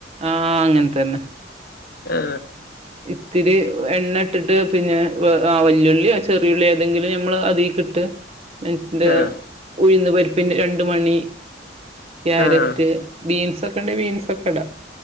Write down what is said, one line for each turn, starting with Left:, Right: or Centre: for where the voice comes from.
Right: ആഹ് അങ്ങനെത്തന്നെ
Left: ആ
Right: ഇത്തിരി എണ്ണ ഇട്ടിട്ട് പിന്നെ വല്യുള്ളിയോ ചെറിയുള്ളിയോ ഏതെങ്കിലും ഞമ്മള് അതീക്കിട്ട് <unintelligible>
Left: ആഹ്
Right: ഉഴുന്ന് പരിപ്പിന്റെ രണ്ട് മണി ക്യാരറ്റ്,
Left: ആഹ്
Right: ബീൻസ് ഒക്കെ ഉണ്ടെ ബീൻസ് ഒക്കെ ഇടാം